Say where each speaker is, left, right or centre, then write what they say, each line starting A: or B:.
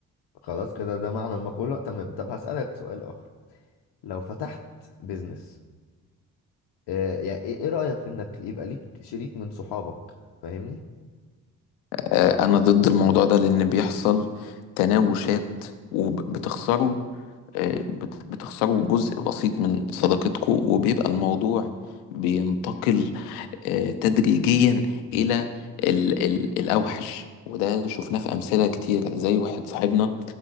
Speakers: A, on the left; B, on the left.
A: خلاص كده ده معنى المقولة تمام طب هسألك سؤال آخر لو فتحت بيزنس آه يعني ايه إيه رأيك في انك يبقى ليك شريك من صحابك فاهمني
B: آه، انا ضد الموضوع ده لان بيحصل تناوشات وبتخسروا آه، بت- بتخسروا جزء بسيط من صداقتكم وبيبقى الموضوع بينتقل آه، تدريجيا
A: مم.
B: الى ال ال الاوحش وده شفناه في امثله كتير زي واحد صاحبنا